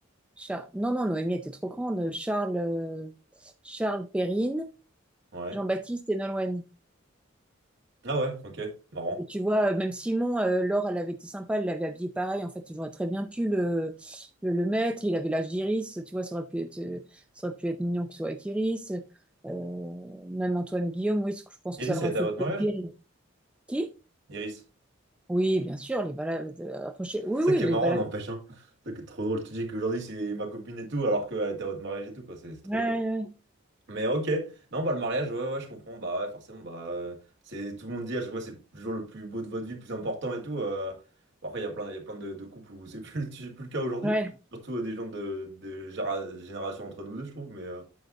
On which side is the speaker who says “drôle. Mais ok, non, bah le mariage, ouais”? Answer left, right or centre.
Right